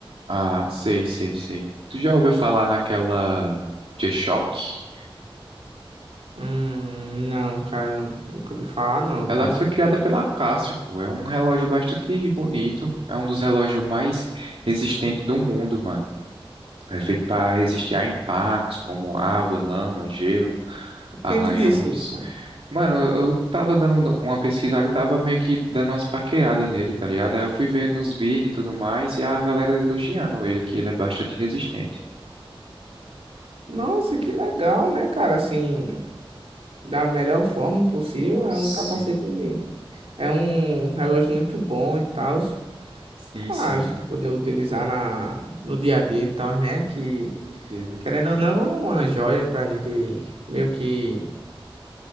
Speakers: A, on the right (about 75°); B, on the right (about 85°).
A: Ah, sei, sei, sei. Tu já ouviu falar naquela G-Shock?
B: Hum, não, cara, nunca ouvi falar não,
A: Ela
B: cara.
A: foi criada pela Casio, pô. É um relógio bastante bonito. É um dos relógios mais resistentes do mundo, mano. É feito para resistir a impactos como água, lama, gelo, arranhões.
B: Quem te disse isso, cara?
A: Mano, eu eu tava dando um, uma pesquisada e tava meio que dando umas paqueradas nele, tá ligado? Aí eu fui ver nos vídeos e tudo mais, e a galera elogiando ele, que ele é bastante resistente.
B: Nossa, que legal, né, cara? Assim, da melhor forma possível, é
A: Sim,
B: um capacete É um relógio muito bom e tal,
A: sim,
B: pra
A: sim,
B: gente poder utilizar na, na- no dia a dia e tal, né? Que,
A: com certeza.
B: querendo ou não, é uma joia pra gente meio que